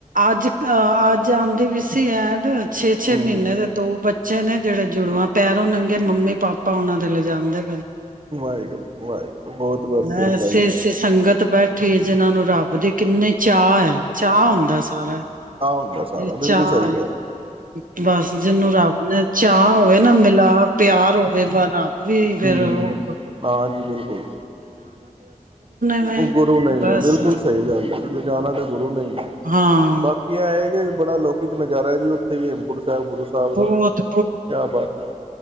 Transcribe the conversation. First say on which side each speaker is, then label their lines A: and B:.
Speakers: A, on the right; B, on the right.
A: ਅੱਜ ਅ ਅੱਜ ਆਉਂਦੀ ਵੀ ਸੀ ਐਡ ਛੇ -ਛੇ
B: ਹੂੰ
A: ਮਹੀਨੇ ਦੇ ਦੋ ਬੱਚੇ ਨੇ ਜਿਹੜੇ ਜੁੜਵਾਂ ਪੈਰੋਂ ਨੰਗੇ ਮੰਮੀ -ਪਾਪਾ ਉਹਨਾਂ ਦੇ ਲਿਜਾਦੇ ਪਏ
B: ਵਾਹਿਗੁਰੂ -ਵਾਹਿਗੁਰੂ, ਬਹੁਤ- ਬਹੁਤ ਕਿਰਪਾ
A: ਐਸੀ
B: ਜੀ
A: ਐਸੀ ਸੰਗਤ ਬੈਠੀ ਜਿਨਾਂ ਨੂੰ ਰੱਬ ਦੇ ਕਿੰਨੇ ਚਾਅ ਹੈ। ਚਾਅ ਹੁੰਦਾ ਸਾਰਾ
B: ਹਮ ਹਮ ਸਾਰਾ
A: ਇਹ
B: ਬਿਲਕੁਲ
A: ਚਾਅ
B: ਸਹੀ ਕਿਹਾ
A: ਏ। ਬਸ ਜਿਹਨੂੰ ਰੱਬ ਨੇ ਚਾਅ ਹੋਵੇ ਨਾ ਮਿਲਾ ਪਿਆਰ ਹੋਵੇ ਭਾਵੇਂ ਨਾ, ਵੀ ਫੇਰ
B: ਹੂੰ
A: ਹੋ
B: ਹਾਂ ਜੀ ਬਿਲਕੁਲ
A: ਮੈਂ
B: ਉਹ ਗੁਰੂ ਨਹੀਂ
A: ਬਸ
B: ਹੈ। ਬਿਲਕੁਲ ਸਹੀ ਗੱਲ, ਲਿਜਾਣਾ ਤਾਂ ਗੁਰੂ ਨਹੀਂ ਹੈ
A: ਹਾਂ-ਹਾਂ।
B: ਬਾਕੀ ਇਹ ਆ ਕੇ ਬੜਾ ਅਲੌਕਿਕ ਨਜ਼ਾਰਾ ਜੀ ਉੱਥੇ ਗੁਰੂ ਸਾਹਿਬ ਦਾ
A: ਬਹੁਤ
B: ਕਿਆ ਬਾਤ ਹੈ,